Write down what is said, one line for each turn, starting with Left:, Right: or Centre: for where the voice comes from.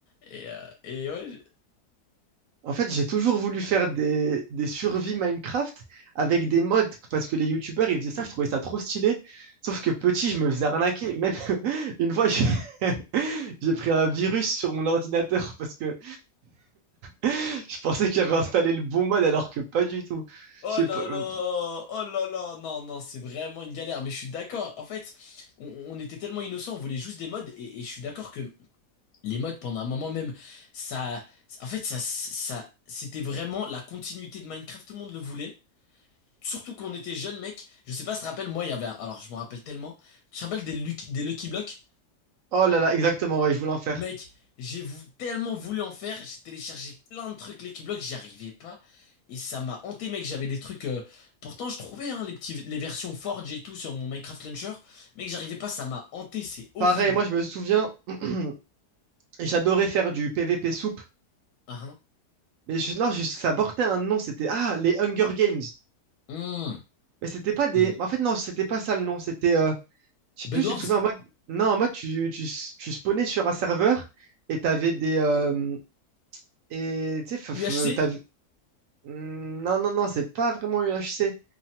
Left: Et, euh, et ouais.
Right: En fait, j'ai toujours voulu faire des, des survies Minecraft avec des mods parce que les YouTubers, ils faisaient ça, je trouvais ça trop stylé. Sauf que petit, je me faisais arnaquer. Même <laughs> une fois, j'ai <laughs> j'ai pris un virus sur mon ordinateur parce que Je pensais qu'il avait installé le bon mode alors que pas du tout.
Left: Oh
Right: Je sais
Left: là
Right: pas. euh,
Left: là, oh là là, non, non, c'est vraiment une galère, mais je suis d'accord. En fait, on, on était tellement innocents, on voulait juste des modes, et, et je suis d'accord que les modes, pendant un moment même, ça, en fait, ça, ça, c'était vraiment la continuité de Minecraft, tout le monde le voulait. Surtout qu'on était jeunes, mec. Je sais pas si tu te rappelles, moi, il y avait, un- alors je me rappelle tellement. Tu te rappelles des, Lucky- des Lucky Blocks?
Right: Oh là là, exactement, ouais, je voulais en faire.
Left: Mec, j'ai vou- tellement voulu en faire, j'ai téléchargé plein de trucs les Block, j'y arrivais pas. Et ça m'a hanté, mec. J'avais des trucs. euh, Pourtant, je trouvais hein, les petits, les versions Forge et tout sur mon Minecraft Launcher. Mec, j'arrivais pas, ça m'a hanté, c'est horrible.
Right: Pareil, moi je me souviens, <clears throat> j'adorais faire du PVP soupe.
Left: Ah,
Right: Mais je- non, je- ça portait un nom, c'était ah, les Hunger Games.
Left: hein.
Right: Mais c'était pas des.
Left: Mmh, mmh.
Right: En fait, non, c'était pas ça le nom. C'était. euh, Je sais
Left: Bedwars?
Right: plus, tu te souviens en mode. Non, en mode, tu, tu, tu spawnais sur un serveur et t'avais des. euh, Et tu sais, fa-
Left: UHC?
Right: fa- t'avais. Hmm, Non, non, non, c'est pas vraiment UHC.